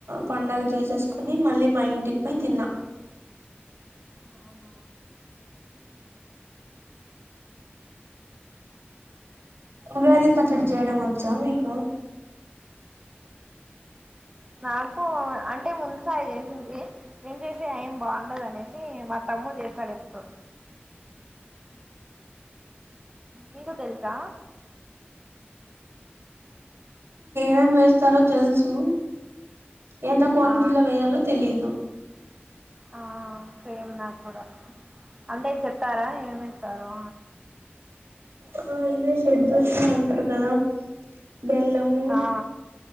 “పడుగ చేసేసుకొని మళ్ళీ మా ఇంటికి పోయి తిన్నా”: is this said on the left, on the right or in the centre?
Right